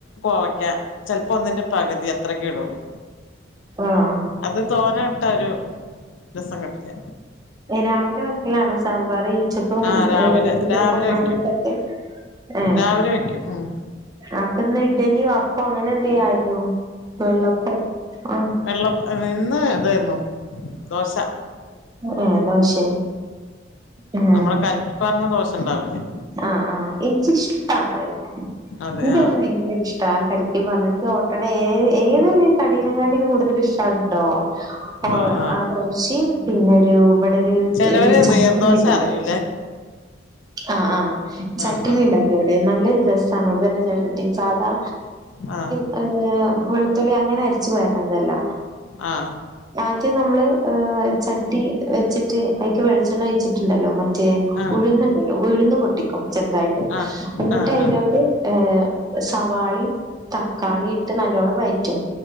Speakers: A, on the left; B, on the right.
A: കോവക്ക ചെൽപ്പോ ഒന്നിന്റെ പകുതി അത്രക്കെ ഇടുള്ളൂ
B: ആഹ്
A: അത് തോന്നയിട്ട ഒരു രസം കിട്ടില്ല
B: രാവിലെ വെക്കലാണോ സാമ്പാറ് ച്ചക്കും
A: ആ രാവിലെ
B: രാവിൽതെക്കും
A: രാവിലെ വെക്കും
B: <unintelligible> ഏഹ്
A: രാവിലെ വെക്കും ഉം
B: അപ്പൊ ഇന്ന് ഇഡലിയോ അപ്പം അങ്ങനെ എന്ത്യയിരുന്നോ വെള്ളപ്പം ആഹ്
A: വെള്ളപ്പ ഇന്ന് ഇതായിരുന്നു ദോശ
B: ഏഹ് ദോശേ ഏഹ്
A: നമ്മള് കലക്കി പാർന്ന ദോശണ്ടാവില്ലേ
B: ആഹ് ആഹ് ഇച്ചിഷ്ടണത്
A: അതെ
B: എനിക്ക്
A: ആഹ്
B: ഭയങ്കര ഇഷ് ട്ടാ കലിക്കി പാർന്ന ഇൻക്ക് ഓട്ടടയേ ഏ ഏതൊരു കഠിനങ്ങാട്ടി കൂടുതൽ ഇഷ്ടാട്ടോ ഓഹ്
A: ആഹ്
B: ആ ദോഷിം പിന്നെരു ഇവിടെ ഒരു
A: ചെലോര്
B: ഒരു ചട്നിണ്ടാക്കും
A: നീർദോശ അറിയൂല്ലേ
B: ആഹ് ആഹ് ചട്ടിനി
A: ആഹ്
B: ഉണ്ടാക്കും അവിടെ നല്ലൊ രസാണ് അവിടുട്ട ചട്ടിനി സാധാ
A: ആഹ്
B: <unintelligible> വെളുത്തുള്ളി അങ്ങനെ അരിച്ചു പാരുന്നതല്ല
A: ആഹ്
B: ആദ്യം നമ്മള് ഏഹ് ചട്ടി വെച്ചിട്ട് അയിക്ക് വെളിച്ചെണ്ണ ഒഴിച്ചിട്ടുണ്ടല്ലോ മ റ്റേ
A: ആഹ്
B: ഉഴുന്നുണ്ടല്ലോ ഉഴുന്നു പൊട്ടിക്കും ചെറുതായിട്ട്
A: ആഹ്
B: എന്നിട്ട്
A: ആഹ്
B: അയ്ലോട്ട് ഏഹ് സവാളീം തക്കാളി ഇട്ട് നല്ലോണം വയറ്റും